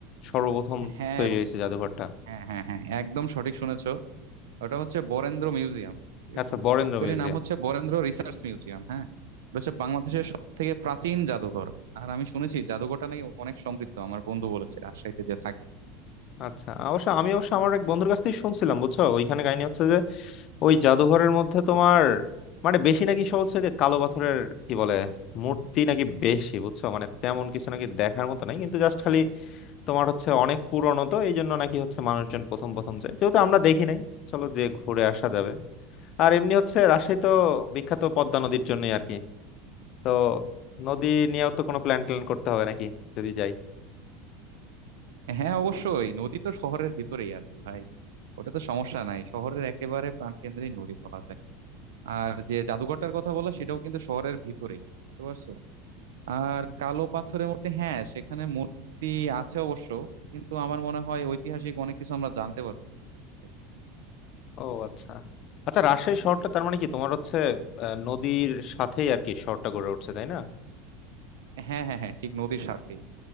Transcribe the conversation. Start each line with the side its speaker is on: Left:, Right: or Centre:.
Left: সর্বপ্রথম
Right: হ্যাঁ
Left: তৈরি
Right: বন্ধু
Left: হয়েছে জাদুঘরটা
Right: হ্যাঁ হ্যাঁ হ্যাঁ একদম সঠিক শুনেছো ওটা হচ্ছে বরেন্দ্র মিউজিয়াম ঠিক আছে
Left: আচ্ছা বরেন্দ্র
Right: অ্যাকচুয়ালি
Left: মিউজিয়াম
Right: নাম হচ্ছে বরেন্দ্র রিসার্চ মিউজিয়াম হ্যাঁ এটা হচ্ছে বাংলাদেশের সব থেকে প্রাচীন জাদুঘর আর আমি শুনেছি জাদুঘরটা নাকি অনেক সমৃদ্ধ আমার বন্ধু বলেছে রাজশাহীতে যে থাকে
Left: আচ্ছা অবশ্য আমি অবশ্য আমার এক বন্ধুর কাছ থেকে শুনছিলাম বুঝছো ওইখানে কাহিনী হচ্ছে যে ওই জাদুঘরের মধ্যে তোমার মানে বেশি নাকি সব হচ্ছে যে কালো পাথরের কি বলে মূর্তি নাকি বেশি বুঝছো মানে তেমন কিছু নাকি দেখার মতো নাই কিন্তু জাস্ট খালি তোমার হচ্ছে অনেক পুরনো তো এই জন্য নাকি হচ্ছে মানুষজন প্রথম প্রথম যায় যেহেতু আমরা দেখি নাই চলো যে ঘুরে আসা যাবে আর এমনি হচ্ছে রাজশাহী তো বিখ্যাত পদ্মা নদীর জন্যই আর কি তো নদী নিয়েও তো কোনো প্ল্যান ট্যান করতে হবে নাকি যদি যাই
Right: হ্যাঁ অবশ্যই নদী তো শহরের ভিতরেই আছে ভাই ওটা তো সমস্যা নাই শহরের একেবারে প্রাণকেন্দ্রেই নদী বলা যায় আর যে জাদুঘরটার কথা বলা সেটাও কিন্তু শহরের ভিতরেই বুঝতে পারছো আর কালো পাথরের মূর্তি হ্যাঁ সেখানে মূর্তি আছে অবশ্য কিন্তু আমার মনে হয় ঐতিহাসিক অনেক কিছু আমরা জানতে পারবো এ থেকে।
Left: ও আচ্ছা আচ্ছা রাজশাহী শহরটা তার মানে কি তোমার হচ্ছে আহ, নদীর সাথেই আর কি শহরটা গড়ে উঠছে তাই না
Right: হ্যাঁ হ্যাঁ হ্যাঁ ঠিক নদীর সাথেই